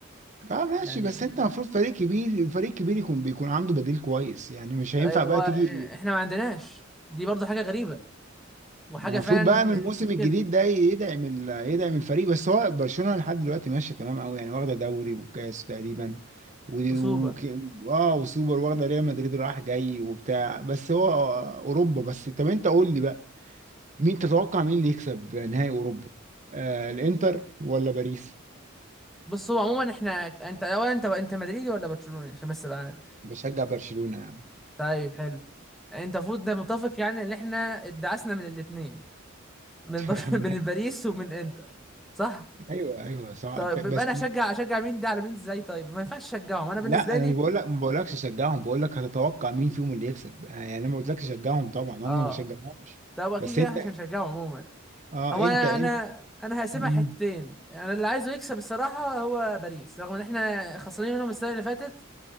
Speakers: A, on the right (about 35°); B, in the centre.
A: اه ماشي
B: يعني
A: بس انت المفروض فريق كبير فريق كبير يكون بيكون عنده بديل كويس يعني مش هينفع
B: طيب هو
A: بقى تيجي
B: احنا ما عندناش دي برضو حاجة غريبة وحاجة
A: المفروض
B: فعلا
A: بقى من الموسم
B: مشكلة
A: الجديد ده يدعم ال- يدعم الفريق بس هو برشلونة لحد دلوقتي ماشية تمام قوي يعني واخدة دوري وكاس تقريبا و...
B: وسوبر
A: و... اه وسوبر واخدة ريال مدريد رايح جاي وبتاع بس هو اوروبا بس طب انت قول لي بقى مين تتوقع مين اللي يكسب نهائي اوروبا آه الانتر ولا باريس
B: بص هو عموما احنا انت اولا انت انت مدريدي ولا برشلوني عشان بس ابقى عارف
A: بشجع برشلونة يعني
B: طيب حلو انت المفروض ده متفق يعني ان احنا ادعسنا من الاثنين من
A: <laughs>
B: برش... <laughs> من باريس ومن انتر صح
A: ايوه ايوه صح
B: طيب
A: بس
B: يبقى انا اشجع اشجع مين ده على مين ازاي طيب ما ينفعش اشجعهم انا بالنسبه
A: لا انا
B: لي
A: مش بقول لك ما بقولكش شجعهم بقول لك هتتوقع مين فيهم اللي يكسب آه، يعني انا ما قلتلكش شجعهم طبعا انا
B: اه
A: ما بشجعهمش
B: طب اكيد
A: بس
B: كده
A: انت
B: احنا مش هنشجعهم عموما
A: اه
B: هو
A: انت
B: انا
A: انت
B: انا انا هقسمها
A: مم.
B: حتتين انا اللي عايزه يكسب الصراحه هو باريس رغم ان احنا خسرانين منهم السنه اللي فاتت